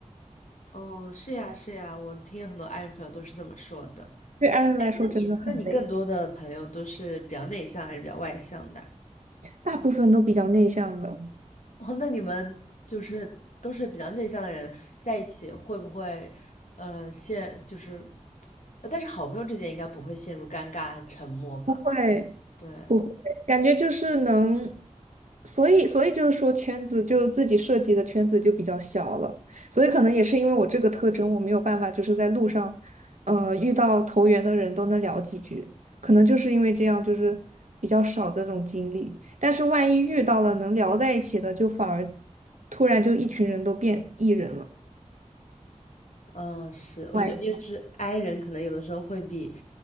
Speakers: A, on the left; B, on the right.
A: 哦，是呀是呀，我听很多爱人朋友都是这么说的。
B: 对 i 人来说真的很累，
A: 哎，那你那你更多的朋友都是比较内向还是比较外向的啊
B: 大部分都比较内向的，
A: 哦，那你们就是都是比较内向的人在一起，会不会，呃，陷就是，呃但是好朋友之间应该不会陷入尴尬沉默吧？
B: 不会
A: 对，
B: 不会，感觉就是能，所以所以就是说圈子就自己设计的圈子就比较小了，所以可能也是因为我这个特征，我没有办法就是在路上，呃，遇到投缘的人都能聊几句，可能就是因为这样就是比较少这种经历，但是万一遇到了能聊在一起的，就反而突然就一群人都变 E 人了。
A: 嗯，是，我觉得，
B: 外向
A: 因为就是 i 人可能有的时候会比，